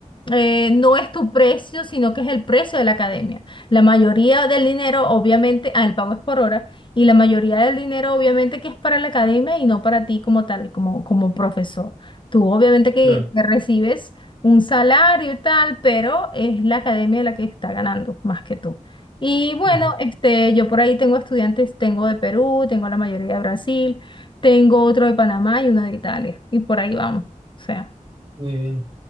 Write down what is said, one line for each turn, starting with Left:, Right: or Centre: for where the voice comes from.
Left: eh, no es tu precio, sino que es el precio de la academia. La mayoría del dinero, obviamente, ah, el pago es por hora, y la mayoría del dinero, obviamente, que es para la academia y no para ti como tal, como, como profesor. Tú, obviamente, que,
Right: claro.
Left: que recibes un salario y tal, pero es la academia la que está ganando más que tú. Y bueno,
Right: Ujú.
Left: este, yo por ahí tengo estudiantes, tengo de Perú, tengo la mayoría de Brasil. Tengo otro de Panamá y uno de Italia. Y por ahí vamos. O sea,
Right: Muy bien.